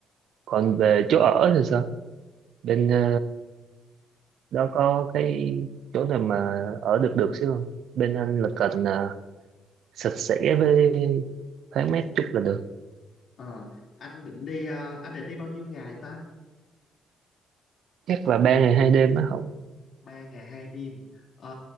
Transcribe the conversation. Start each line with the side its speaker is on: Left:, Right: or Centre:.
Right: còn về chỗ ở thì sao? Bên ờ, đó có cái chỗ nào mà ở được được xíu không? Bên anh là cần ờ, sạch sẽ với thoáng mát chút là được.
Left: ờ anh định đi ờ, anh định đi bao nhiêu ngày ta
Right: Chắc là ba ngày hai đêm á. không
Left: ba ngày hai đêm ờ